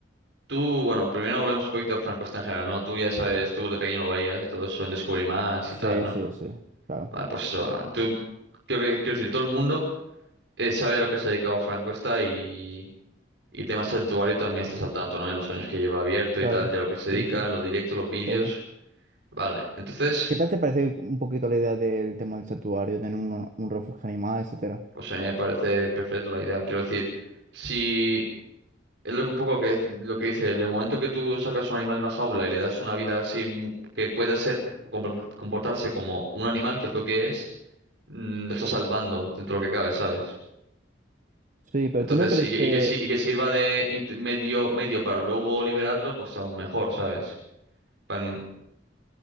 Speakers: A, on the right; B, on the right.
A: Tú, bueno, primero hablemos un poquito de Franco en general, ¿no? Tú ya sabes, tú de pequeño lo veías y todo eso en Discovery Max
B: Sí,
A: y tal, ¿no?
B: sí, sí. Claro.
A: Vale, pues eso. Tú, creo que, quiero decir, todo el mundo eh, sabe a lo que se ha dedicado Frank Cuesta y, y tema santuario también estás al tanto, ¿no? En los años que lleva abierto
B: Claro.
A: y tal, ya lo que se dedica,
B: Sí, sí, sí.
A: los directos, los vídeos.
B: Todo.
A: Vale, entonces,
B: ¿Qué tal te parece un poquito la idea del tema del santuario, tener un, un refugio animal, etcétera?
A: pues a mí me parece perfecto la idea. Quiero decir, si es lo que un poco que, lo que dice, en el momento que tú sacas un animal de una jaula y le das una vida así mu- que pueda ser compor- comportarse como un animal, que es lo que es, mm, lo estás salvando dentro de lo que cabe, ¿sabes?
B: Sí, pero
A: Entonces,
B: ¿tú no crees
A: y, que,
B: que
A: y que si- y que sirva de int- medio, medio para luego liberarlo, pues aún mejor, ¿sabes? Pan-